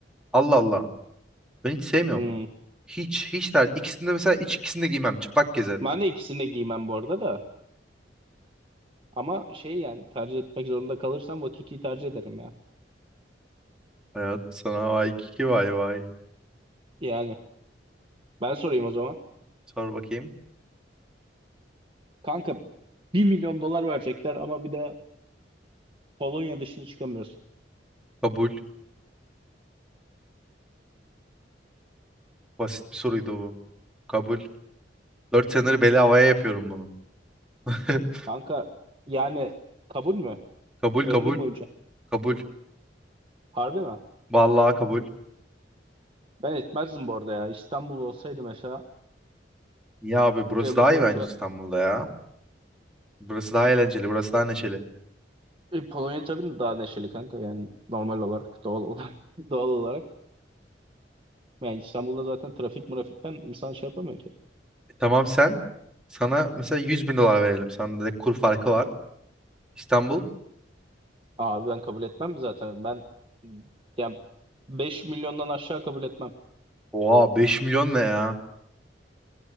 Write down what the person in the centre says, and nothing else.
Allah Allah. Ben hiç sevmiyorum.
Hiç, hiç der. İkisinde mesela hiç ikisinde giymem. Çıplak gezerim.
Hayat sana vay kiki vay vay.
Sor bakayım.
Kabul. Basit bir soruydu bu. Kabul. 4 senedir beli havaya yapıyorum bunu. <laughs>
Kabul
kabul.
Kabul.
Vallahi kabul.
Ya abi burası
daha iyi
bence İstanbul'da ya. Burası daha eğlenceli, burası daha neşeli. E,
Tamam sen, sana mesela 100 bin dolar verelim. Sana direkt kur farkı var. İstanbul.
Oha 5 milyon ne ya?